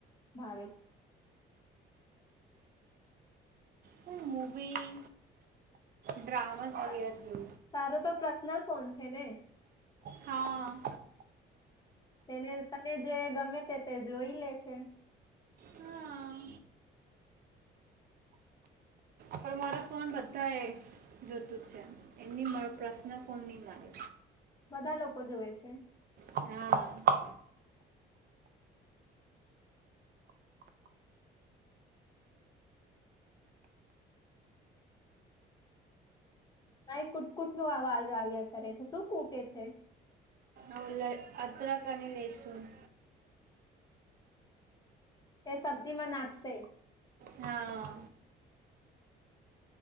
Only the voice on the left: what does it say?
ભાવે છે
તા-
તારો તો પર્સનલ ફોન છે ને
તેને તને જે ગમે તે તે જોઈ લે છે
બધા લોકો જોુવે છે
અ કુટકુટ નું અવાજ આવ્યા કરે છે શું કૂટે છે
એ સબ્જી માં નાખશે